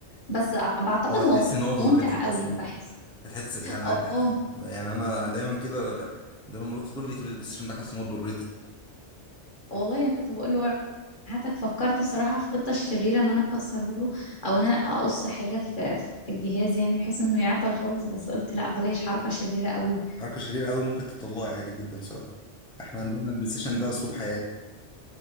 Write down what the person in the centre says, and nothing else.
هو هتحس
ان هو ضرتك
اصلا
هتحس انا
يعني انا دايما كده دايما مراتي تقول لي تقول لي البلاي ستيشن ده حاسس ان هو ضرتي
حركه شريره قوي ممكن تطلعي عادي جدا بسببها احنا عندنا البلاي ستيشن ده اسلوب حياه